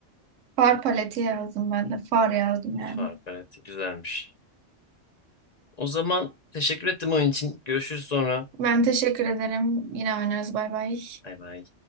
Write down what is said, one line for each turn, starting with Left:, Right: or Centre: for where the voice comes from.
Right: Far paleti yazdım ben de. Far yazdım yani.
Left: Fark, güzelmiş. O zaman teşekkür ettim oyun için. Görüşürüz sonra.
Right: Ben teşekkür ederim. Yine oynarız. Bay bay.
Left: Bay bay.